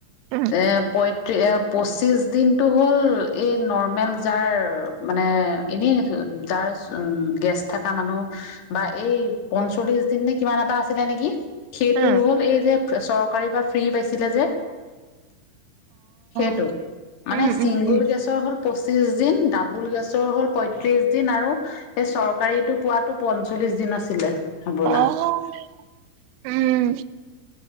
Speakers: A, on the right; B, on the left.
A: উম
B: এ পয়ত্ৰি পঁচিছ। দিনটো হ'ল এই নৰ্মেল যাৰ মানে এনেই যাৰ উ গেছ থকা মানুহ বা এই পঞ্চল্লিশ দিন নে- কিমান এটা আছিলে নেকি। সেইটো
A: উম
B: হ'ল এই যে- চৰকাৰী বা ফ্ৰী পাইছিলে যে সেইটো
A: অ
B: মানে
A: উম
B: চিংগুল
A: উম উম
B: গেছৰ হ'ল পচি পঁচিশ দিন ডাবুল গেছৰ হ'ল, পয়ত্ৰিশ দিন আৰু এই চৰকাৰীটো পোৱাতো পঞ্চল্লিশ দিন আছিলে। হবলা
A: অ'। উম।